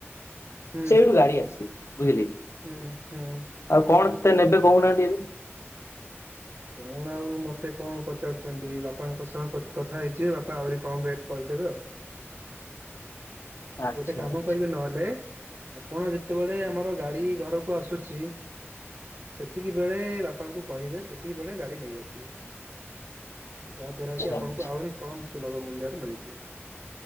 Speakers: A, on the right; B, on the left.
A: ହୁଁ
B: ସେଉଠୁ
A: ହୁଁ
B: ଗାଡି ଆସି ବୁଝିଲେ କି
A: ହୁଁ ହୁଁ
B: ଆଉ କଣ ତେ ନେବେ କହୁନାହାନ୍ତି ଏବେ।
A: କଣ ଆଉ ମତେ କଣ ପଚାରୁଛନ୍ତି ବାପାଙ୍କ ସହ କ କଥା ହେଇଚିଏ ବାପା ଆହୁରି କମ ରେଟ କହି ହେଁବ
B: ଆଚ୍ଛା
A: ଗୋଟେ କାମ
B: ଆଚ୍ଛା
A: କରିବେ ନହେଲେ କଣ ଯେତେବେଳେ ଆମର ଗାଡି ଘରକୁ ଆସୁଚି ସେତିକି ବେଳେ ବାପାଙ୍କୁ କହିବେ ସେ ତୀକି ବେଳେ ଗାଡି ନେଇ ଆସିବେ ଯାହା
B: ଆଚ୍ଛା
A: ଦ୍ଵାରା କି ଆପଣଙ୍କୁ
B: ଆଚ୍ଛା
A: ଆହୁରି କମ୍ ସୁଲଭ ମୂଲ୍ୟରେ ମିଳିଯିବ।